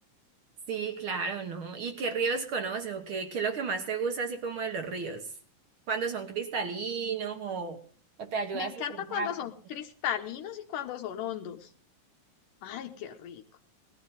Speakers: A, on the right; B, on the left.
A: Sí, claro, ¿no? ¿Y qué ríos conoces o qué, qué es lo que más te gusta así como de los ríos? Cuando son cristalinos o, o te ayuda
B: Me
A: a
B: encanta
A: estresarte.
B: cuando son cristalinos y cuando son hondos. Ay, qué rico.